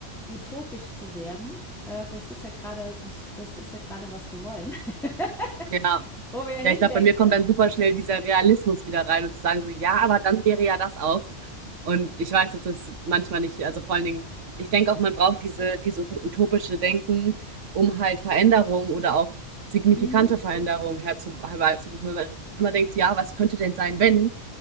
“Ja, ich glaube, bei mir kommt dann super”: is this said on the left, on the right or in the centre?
Right